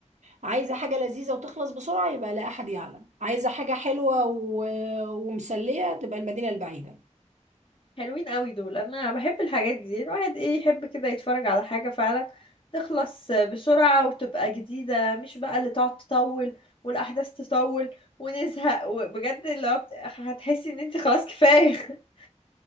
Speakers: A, on the right (about 75°); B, on the left (about 45°).
A: عايزه حاجه لذيذه وتخلص بسرعه يبقى لا احد يعلم عايزه حاجه حلوه و... ومسليه تبقى المدينه البعيده
B: حلوين قوي دول انا بحب الحاجات دي الواحد ايه يحب كده يتفرج على حاجه فعلا تخلص بسرعه وتبقى جديده مش بقى اللي تقعد تطول والاحداث تطول ونزهق وبجد اللي هو بت- هتحسي ان انت خلاص كفايه <laughs>